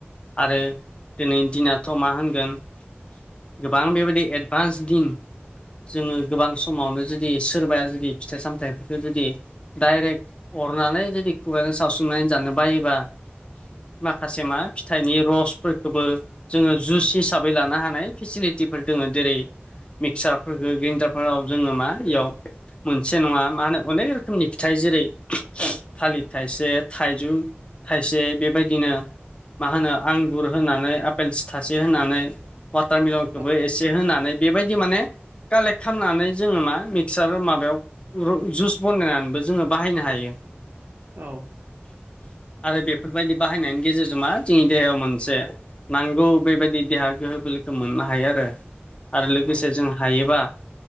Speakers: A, on the left; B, on the right.
A: आरो दिनै दिनाथ' मा होनगोन गोबां बेबायदि एडभान्स दिन जोङो गोबां समावनो जुदि सोरबाया जुदि फिथाइ सामथाइफोरखौ जुदि डाइरेक्ट अरनानै जुदि खुगाजों सावस्रुमनानै जानो बायोबा माखासे मा फिथाइनि रसफोरखौबो जोंङो जुइस हिसाबै लानो हानाय फेसिलिटिफोर दोङो जेरै मिक्सारफोरखौ ग्रेन्दारफोराव जोंङो मा इयाव मोनसे नङा मा होनो अनेक रोखोमनि फिथाइ जेरै थालिर थाइसे थाइजौ थाइसे बेबायदिनो मा होनो आंगुर होनानै आपेल सिथासे होनानै वाटारमेलनखौबो
B: औ
A: एसे होनानै बेबायदि माने कालेक्ट खालामनानै जोंङो मा मिक्सार माबायाव जुस बानायनानैबो जोंङो बाहायनो हायो।
B: औ।
A: आरो बेफोरबायदि बाहायनायनि गेजेरजों मा जोंनि देहायाव मोनसे नांगौ बेबायदि देहा गोहो बोलोखौ मोननो हायो आरो। आरो लोगोसे
B: औ
A: जों हायोबा